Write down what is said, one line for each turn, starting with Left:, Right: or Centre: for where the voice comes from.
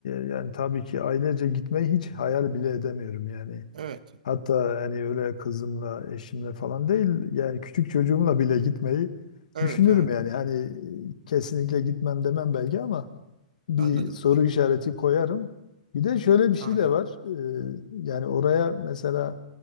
Left: e, yani tabii ki ailece gitmeyi hiç hayal bile edemiyorum yani.
Right: Evet.
Left: Hatta yani öyle kızımla, eşimle falan değil yani küçük çocuğumla bile gitmeyi
Right: Evet,
Left: düşünürüm
Right: evet.
Left: yani. Hani e, kesinlikle gitmem demem belki ama bir
Right: Anladım
Left: soru
Right: hocam.
Left: işareti koyarım. Bir de şöyle bir
Right: Anladım.
Left: şey de var. Ee, yani oraya mesela